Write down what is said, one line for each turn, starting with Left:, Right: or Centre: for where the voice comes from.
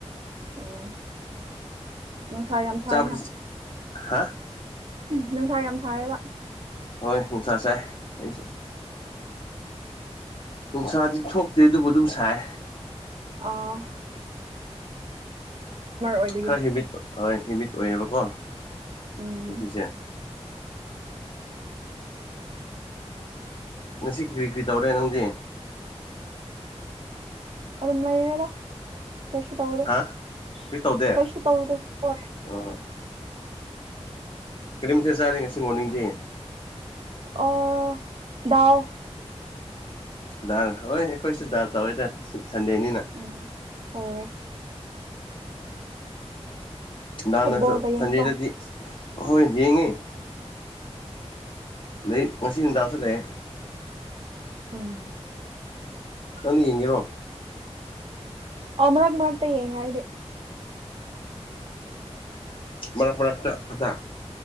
Right: ꯑꯣ ꯅꯨꯡꯁꯥ ꯌꯥꯝ ꯁꯥꯏꯅ
Left: ꯆꯥꯕꯗꯤ ꯍꯥ
Right: ꯅꯨꯡꯁꯥ ꯌꯥꯝ ꯁꯥꯥꯏꯌꯦꯕ
Left: ꯍꯣꯏ ꯅꯨꯡꯁꯥ ꯆꯥꯏ ꯑꯩꯁꯦ ꯅꯨꯡꯁꯥꯗꯤ ꯊꯣꯛꯇꯦ ꯑꯗꯨꯕꯨ ꯑꯗꯨꯝ ꯁꯥꯏ
Right: ꯑ ꯑꯣꯏꯕꯒꯤ
Left: ꯈꯔ ꯍꯤꯃꯤꯠ ꯍꯣꯏ ꯍꯤꯃꯤꯠ ꯑꯣꯏꯌꯦꯕꯀꯣ
Right: ꯎꯝ
Left: ꯉꯁꯤꯁꯦ ꯉꯁꯤ ꯀꯔꯤ ꯀꯔꯤ ꯇꯧꯔꯦ ꯅꯪꯗꯤ
Right: ꯑꯗꯨꯝ ꯂꯩꯔꯦꯗ ꯀꯩꯁꯨ ꯇꯧꯗꯦ
Left: ꯍꯥ ꯀꯔꯤ ꯇꯧꯗꯦ
Right: ꯀꯩꯁꯨ ꯇꯧꯗꯦ ꯍꯣꯏ
Left: ꯑꯣ ꯀꯔꯤꯝꯇ ꯆꯥꯔꯦ ꯉꯁꯤ ꯃꯣꯔꯅꯤꯡꯗꯤ
Right: <unintelligible>
Left: ꯗꯥ ꯍꯣꯏ ꯑꯩꯈꯣꯏꯁꯤꯗ ꯇꯧꯋꯦꯗ ꯁꯟꯗꯦꯅꯤꯅ
Right: ꯑꯣ ꯍꯣꯏ
Left: ꯗꯥꯅꯁꯨ
Right: ꯐꯨꯠꯕꯣꯜꯒ ꯌꯦꯡꯗ꯭ꯔꯣ
Left: ꯁꯦꯟꯗꯦꯗꯗꯤ ꯍꯣꯏ ꯌꯦꯡꯉꯦ ꯑꯗꯩ ꯉꯁꯤ ꯅꯨꯡꯗꯥꯡꯁꯨ ꯂꯩꯑꯦ
Right: ꯎꯝ
Left: ꯅꯪ ꯌꯦꯡꯒꯦꯔꯣ
Right: <unintelligible>
Left: ꯃꯔꯛ ꯃꯔꯛ ꯈꯛꯇ